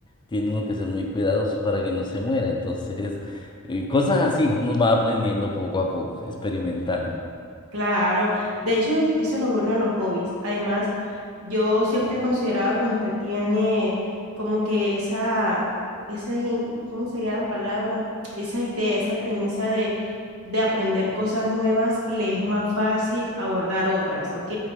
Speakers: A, on the left; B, on the right.
A: tiene uno que ser muy cuidadoso para que no se muera. Entonces, <laughs> eh, cosas así, uno va aprendiendo poco a poco, experimentando.
B: Claro, de hecho es- eso es lo bueno de los hobbies. Además, yo siempre he considerado cuando usted tiene como que esa, esa, in- ¿cómo sería la palabra? Esa idea, esa premisa de, de aprender cosas nuevas, le es más fácil abordar otras, ¿ok?